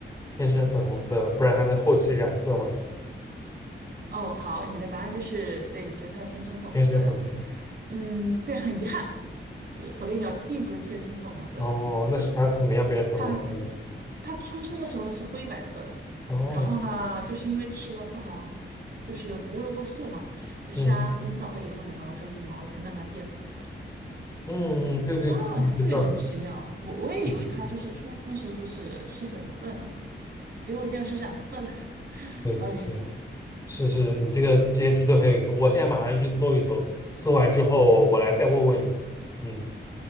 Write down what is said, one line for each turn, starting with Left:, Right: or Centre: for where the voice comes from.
Left: 天生粉红色，不然还能后期染色吗？
Right: 哦，好，你的答案就是对，你觉得它天生粉红色的，
Left: 天生粉红色，
Right: 嗯，对，很遗憾，呃火烈鸟并不是天生粉红色的。
Left: 哦，那是它怎么样变成粉红色的呢
Right: 它它出生的时候呢是灰白色的，
Left: 哦，
Right: 然后呢，就是因为吃了富含就是胡萝卜素嘛的虾跟藻类以后呢，
Left: 嗯
Right: 然后它羽毛才慢慢变粉色的。
Left: 嗯嗯，对对对，
Right: 啊，
Left: 有这个道理，
Right: 这个也很奇妙，我我也以为它就是出生的时候就是就是粉色呢，
Left: 是的，
Right: 结果竟然是染色的，<laughs>
Left: 对对，
Right: 好有意思。
Left: 是是，你这个这些题都很有意思，我现在马上去搜一搜，搜完之后我来再问问你，嗯，